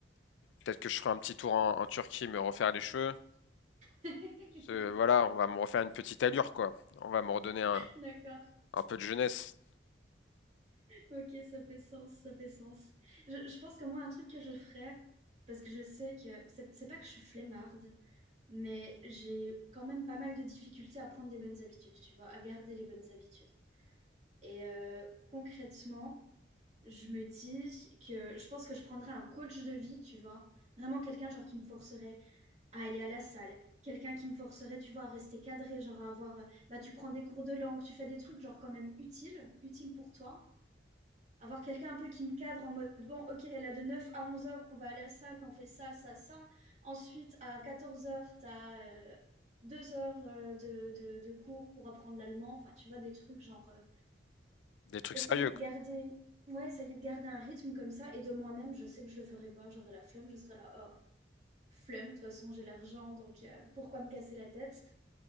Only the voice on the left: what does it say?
peut-être que je ferai un petit tour en, en Turquie, me refaire les cheveux.
Ce- voilà, on va me refaire une petite allure, quoi. On va me redonner un,
un peu de jeunesse,
des trucs
sérieux,
quoi.